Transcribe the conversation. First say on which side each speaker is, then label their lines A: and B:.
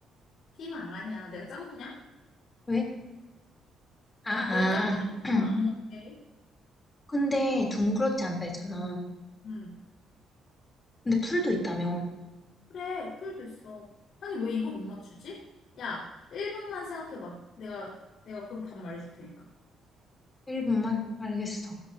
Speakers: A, on the left; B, on the left.
A: 피망 아니야. 내가 짱구냐?
B: 왜? 아, 아.
A: 내가 짱구냐? 피망
B: <clears throat>
A: 안 먹게.
B: 근데 둥그렇지 않다 했잖아.
A: 응.
B: 근데 풀도 있다며.
A: 그래, 풀도 있어. 아니, 왜 이걸 못 맞추지? 야, 1분만 생각해봐. 내가, 내가 그럼 답 말해줄 테니까.
B: 1분만? 알겠어.